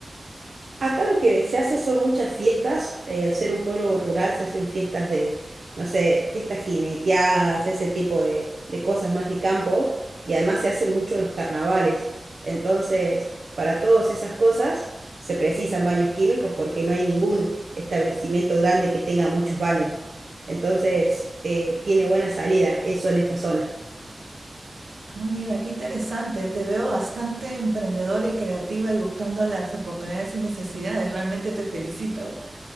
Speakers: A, on the right; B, on the right.
A: Acá lo que se hace son muchas fiestas, eh, al ser un pueblo rural se hacen fiestas de, no sé, fiestas jineteadas, ese tipo de, de cosas más de campo, y además se hacen mucho los carnavales. Entonces, para todas esas cosas se precisan baños químicos porque no hay ningún establecimiento grande que tenga muchos baños. Entonces, eh, tiene buena salida eso en esta zona.
B: Ah, mira, qué interesante. Te veo bastante emprendedora y creativa y buscando las oportunidades y necesidades. Realmente te felicito.